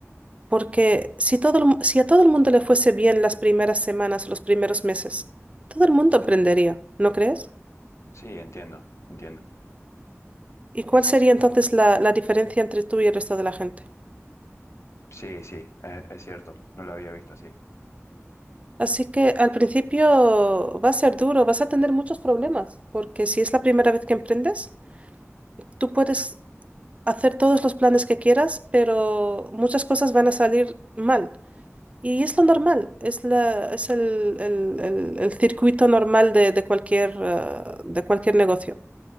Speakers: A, on the right; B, on the left.
A: Porque si, todo el mu- si a todo el mundo le fuese bien las primeras semanas, los primeros meses, todo el mundo emprendería, ¿no crees?
B: Sí, entiendo, entiendo.
A: ¿Y cuál sería entonces la, la diferencia entre tú y el resto de la gente?
B: Sí, sí, es, es cierto, no lo había visto así.
A: Así que al principio va a ser duro, vas a tener muchos problemas, porque si es la primera vez que emprendes, tú puedes hacer todos los planes que quieras, pero muchas cosas van a salir mal. Y es lo normal, es la, es el, el- el- el circuito normal de, de cualquier, eh, de cualquier negocio.